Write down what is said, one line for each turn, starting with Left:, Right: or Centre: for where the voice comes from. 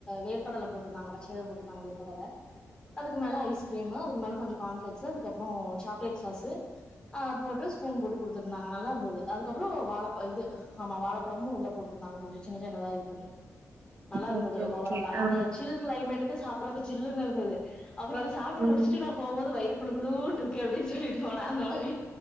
Left: வேர்க்கடலை போட்டிருந்தாங்க பச்சையா போட்டிருந்தாங்க ஓவேர்க்கடல ஓ அதுக்கு மேல ஐஸ் கிரீம் அதுக்கு மேல கொஞ்சோ கார்ன்ஃளேக்ஸ் அதுக்கப்புறோ சாக்லட் சாஸ் அ போட்டு ஸ்பூன் போட்டு கொடுத்துருந்தாங்க நல்லா இருந்தது அதுக்கப்புறோ வள இப்ப இது ஆமா வாழைப்பழமு உள்ள போட்டிருந்தாங்க கொஞ்சம் சின்ன சினதா இது பண்ணி நல்லா இருந்தது
Right: ஓகே,
Left: ஓவராலா
Right: ஓகே. ஆ.
Left: அந்த சில் கிளைமேட்டுக்கு சாப்படுறக்கு சில்லுன்னு இருந்தது அப்பறோ சாப்பிட்டு
Right: ம்.
Left: முடிச்சுட்டு நா போகபோது வய்று குளு குளுன்னு இருக்கு அப்டின்னு சொல்லிட்டு போனா அந்த மாரி